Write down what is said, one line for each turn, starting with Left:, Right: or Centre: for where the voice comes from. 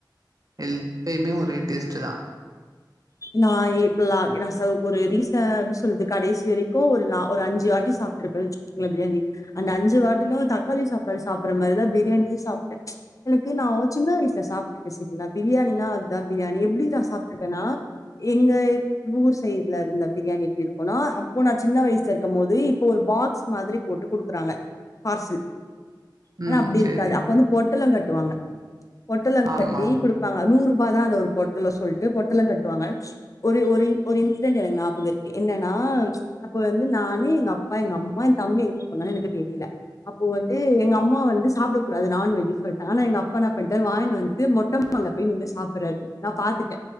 Right: ல் இப்பயுமே ஒரே டேஸ்ட்டு தா
Left: நான் ஏப்ப லா நா சார் ஒரு ரீசன் அப்டி சொல்றது கடைசி வரைக்கு ஒரு நா ஒரு அஞ்சு வாட்டி சாப்ட்ருப்ப வெச் வ்ளோ பிரியாணி அந்த அஞ்சு வாட்டிலு தக்காளி சாப்பாடு சாப்புட்ற மாரிதா பிரியாணியு சாப்ட்டே எனக்கு நா சின்ன வயசுல சாப்ட்டுருக்க செரிங்ளா பிரியாணின்னா அத்தா பிரியாணி எப்டிதா சாப்ட்டுருக்கேன்னா எங்க ஊர் சைட்லருந்த பிரியாணி எப்டிருக்கு போனா அப்போ நா சின்ன வயசா இருக்கும் போது இப்போ ஒரு பாக்ஸ் மாதிரி போட்டு குடுக்குறாங்க பார்ஸு
Right: ம்
Left: ஆனா அப்டிருக்காது
Right: சேரி
Left: அப்ப வந்து பொட்டலோ கட்டுவாங்க பொட்டலோ
Right: ஆமா
Left: கட்டி குடுப் தாங்க நூறு ரூபா தா அந்த ஒரு பொட்டலோ சொல்ட்டு பொட்டலோ கட் டுவாங்க ஒரு ஒரு இன் ஒரு இன்சிடெண்ட் எனக்கு ஞாபக இருக்கு என்னன்னா அப்ப வந்து நானு எங்க அப்பா எங்க அம்மா எ தம்பி எங்க பொன்னானு எனக்கு தெரியில அப்போ வந்து எங்க அம்மா வந்து சாப்புடக் கூடாது நான்வெஜு சொல்ட்டாங்க ஆனா எங்க அப்பான்னா பண்ணிட்டாரு வாங்கிட் வந்ட்டு மொட்ட அங்க போய் நின்னு சாப்புர்றாரு நா பாத்துட்டே